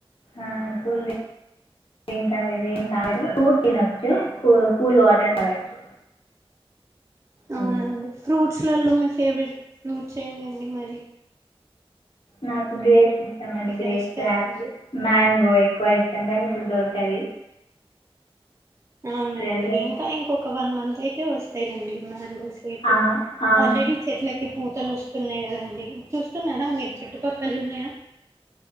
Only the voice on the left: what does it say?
ఆహ్ కూల్ డ్రింక్స్ అనేవి ఏం తగొద్దు ఆ ఫూట్స్ తినొచ్చు కూ కూల్ వాటర్ తాగొచ్చు
మ్మ్.
నాకు గ్రేప్స్ ఇష్ ష్టం అండి
గ్రేప్స్
యాపిల్ మ్యాంగ్ ఎక్కువ ఇష్టం గనీ ఇప్పుడు దొరకది
ప్రెసెంట్
ఆ, అవును